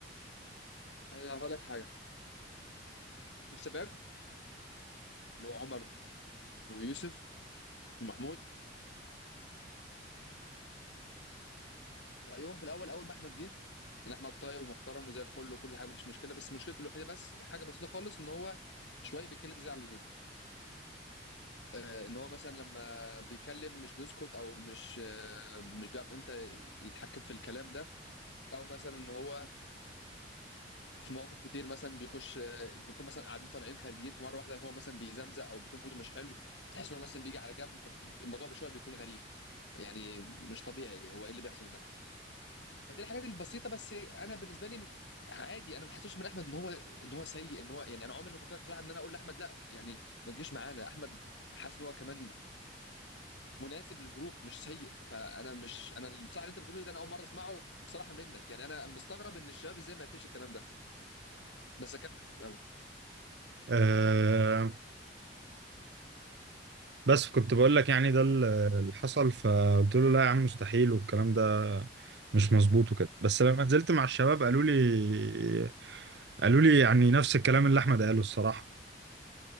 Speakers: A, on the left; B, on the right.
A: انا هقول لك حاجه الشباب اللي هو عمر ويوسف ومحمود رايهم في الاول اول ما احمد جه ان احمد طيب ومحترم وزي الفل وكل حاجه مفيش مشكله بس مشكلته الوحيده بس حاجه بسيطه خالص ان هو شويه بيتكلم زياده عن اللزوم آه، ان هو مثلا لما بيتكلم مش بيسكت او مش آه، مش بيعرف امتى يتحكم في الكلام ده او مثلا ان هو في مواقف كتير مثلا بيخش آه، بنكون مثلا قاعدين طالعين خارجين فمره واحده هو مثلا بيزمزق او بيكون موده مش حلو فتحس ان هو مثلا بيجي على جنب فالموضوع بشويه بيكون غريب يعني مش طبيعي هو ايه اللي بيحصل ده فدي الحاجات البسيطه بس انا بالنسبه لي عادي انا ما حسيتش من احمد ان هو ان هو سيء ان هو يعني انا عمري ما فكرت بصراحه ان انا اقول لاحمد لا يعني ما تجيش معانا احمد حاسس ان هو كمان مناسب للجروب مش سيء فانا مش انا اللي- بصراحه اللي انت بتقوله ده انا اول مره اسمعه بصراحه منك يعني انا مستغرب ان الشباب ازاي ما قلتليش الكلام ده بس اكمل الاول
B: آه بس كنت بقول لك يعني ده ال- اللي حصل فقلت له لا يا عم مستحيل والكلام ده مش مظبوط وكده بس لما نزلت مع الشباب قالوا لي قالوا لي يعني نفس الكلام اللي احمد قاله الصراحة